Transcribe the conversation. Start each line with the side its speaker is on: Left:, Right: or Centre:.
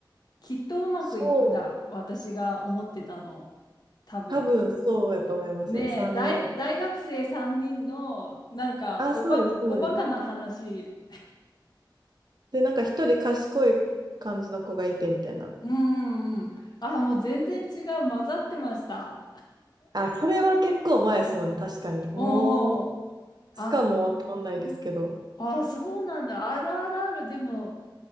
Left: きっとうまくいくだ。
Right: そう
Left: 私が思ってたの。多分。
Right: 多分そうやと思いますよ。
Left: ねえ、
Right: 3人。
Left: 大、大学生3人の、なんか、
Right: あ、
Left: おば、
Right: そうです、そうです。
Left: おバカな話。
Right: で、なんか一人賢い感じの子がいてみたいな。
Left: うんうんうん。あ、もう全然違う。混ざってました。
Right: あ、それは結構前ですもんね、確かに。もう、
Left: おお。
Right: いつかもわかんないですけど。
Left: あ、そう。あ、そうなんだ。RRR でも、